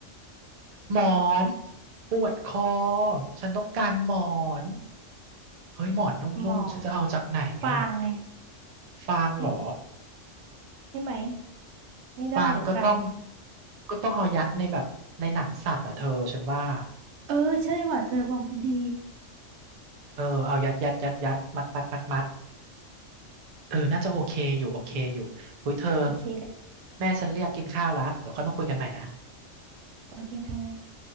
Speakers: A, on the right; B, on the right.
A: หมอนปวดคอฉันต้องการหมอนเฮ้ยหมอนนุ่มๆฉันจะเอาจากไหนอ่ะ
B: หมอนฟางไง
A: ฟางเหรอ
B: เอ๊ะได้ไหมไม่ได้เดี๋ยวคัน
A: ฟางก็ต้องก็ต้องเอายัดในแบบในหนังสัตว์อ่ะเธอฉันว่า
B: เออใช่ว่ะเธอความคิดดี
A: เออเอายัดยัดยัดยัดมัดมัดมัดมัดเออน่าจะโอเคอยู่โอเคอยู่เฮ้ยเธอ
B: โอเคแหละ
A: แม่ฉันเรียกกินข้าวแล้วเดี๋ยวค่อยมาคุยกันใหม่นะ
B: โอเคเธอ